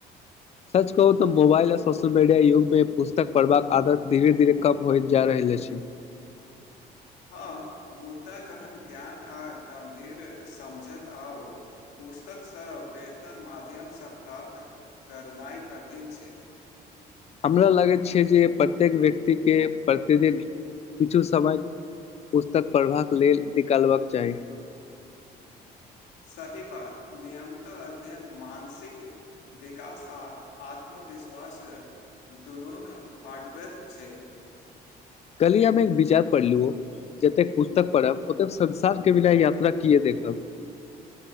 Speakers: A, on the left; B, on the left.
A: सच कहू मोबाइल आ सोशल मीडिया युग मे पुस्तक पढ़बाक आदत धीरे धीरे कम होइत जा रहल अछि।
B: हँ मुद्दा गहन ज्ञान आ गम्भीर समझत आओर पुस्तकसँ बेहतर माध्यमसँ प्राप्त करनाइ कठिन छै।
A: हमरा लगैत छै जे प्रत्येक व्यक्तिके प्रतिदिन किछु समय पुस्तक पढ़बाक लेल निकालबाक चाही।
B: सही बात नियमतः अध्ययन मानसिक विकास आ आत्मविश्वास दुनून बढ़बैत छै।
A: कल ही हम एक विचार पढ़लु जतेक पुस्तक पढ़ब ओतेक संसार के बिना यात्रा किए देखब।